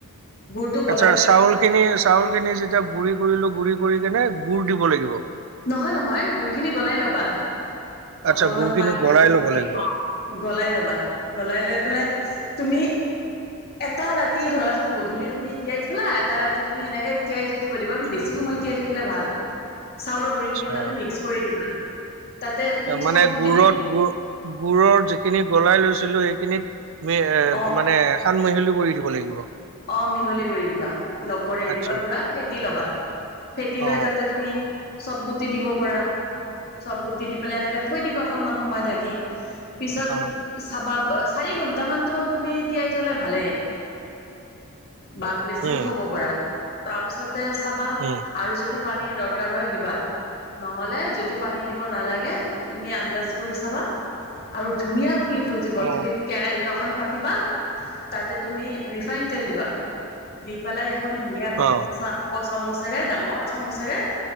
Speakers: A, on the left; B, on the right.
A: গুৰটো গলাই
B: আচ্ছা,
A: পেলাই
B: চাউল খিনি চাউল খিনি যেতিয়া গুড়ি কৰিলো গুড়ি কৰি কিনে গুৰ দিব লাগিব।
A: নহয় নহয় গুৰখিনি গলাই ল'বা।
B: আচ্ছা
A: অকনমান
B: গুৰ খিনি
A: পানী
B: গলাই
A: বেছিকে
B: ল'ব
A: দি
B: লাগিব অ
A: গলাই ল'বা, গলাই লৈ পেলাই তুমি- এটা ৰাতি ধৰাচোন গধূলি তুমি তিয়াই থলা এটা ৰাতি তুমি এনেকে তিয়াই থাকিব দিবা, বেছি সময়- তিয়াই থাকিলে ভাল, চাউলৰ গুৰি
B: আচ্ছা
A: খিনি তাতে মিক্স কৰি দিবা। তাতে তুমি
B: মানে
A: চব গুটি
B: গুৰত
A: দি
B: গু গুৰৰ যিখিনি গলাই লৈছিলো সেইখিনিত- এ
A: অ
B: মানে খান মহিলি কৰি দিব লাগিব।
A: অ মিহলি কৰি দিবা, লগ কৰি
B: আচ্ছা
A: দিবা পুৰা ফেটি লবা। ফেটি
B: অ
A: লৈ তাতে তুমি চবগুটি দিব পাৰা, চবগুটি দি পেলাই এনেকে- থৈ দিব অকনমান সময় ঢাকি, পিছত
B: অ
A: চাবা চাৰি ঘন্টামানটো তুমি তিয়াই থ'লে ভালে। বা বেছিও
B: উম
A: থব পাৰা, তাৰ পাছতে চাবা-
B: উম
A: আৰু যদি পানীৰ দৰকাৰ হয় দিবা। নহলে যদি পানী দিব নালাগে তুমি আন্দাজ কৰি চাবা আৰু ধুনীয়া- ফুলি উঠিব,
B: অ
A: তুমি কেৰাহী এখন পাতিবা তাতে তুমি ৰিফাইন তেল দিবা। দি পেলাই এখন ধুনীয়া
B: অ
A: চাহ- চামুচেৰে ডাঙৰ চামুচেৰে